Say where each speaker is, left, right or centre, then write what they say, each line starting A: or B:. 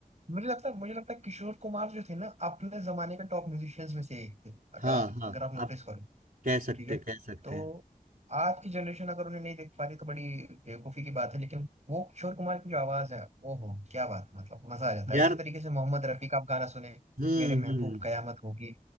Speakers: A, on the right; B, on the right.
A: मुझे लगता है मुझे लगता है किशोर कुमार जो थे ना अपने जमाने के टॉप म्यूजिशियंस में से एक थे अगर
B: हाँ
A: आप
B: हाँ
A: अगर आप नोटिस
B: आप
A: करो
B: कह सकते
A: ठीक है
B: कह सकते
A: तो
B: हैं
A: आज की जनरेशन अगर उन्हें नहीं देख पा रही तो बड़ी बेवकूफी की बात है लेकिन वो किशोर कुमार की जो आवाज है वो हो क्या बात है, मतलब मजा आ जाता
B: यार
A: है इसी तरीके से मोहम्मद रफी का आप गाना सुने
B: हम्म
A: मेरे महबूब
B: हम्म
A: कयामत होगी